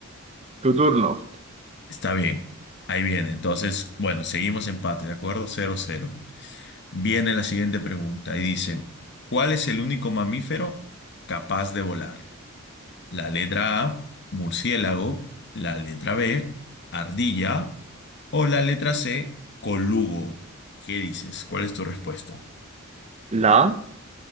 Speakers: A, on the right (about 30°); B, on the left (about 55°).
A: Tu turno.
B: <laughs> Está bien. Ahí viene. Entonces, bueno, seguimos empate, ¿de acuerdo? cero cero. Viene la siguiente pregunta y dice, ¿cuál es el único mamífero capaz de volar? La letra A, murciélago, la letra B, ardilla o la letra C, colugo. ¿Qué dices? ¿Cuál es tu respuesta?
A: La A.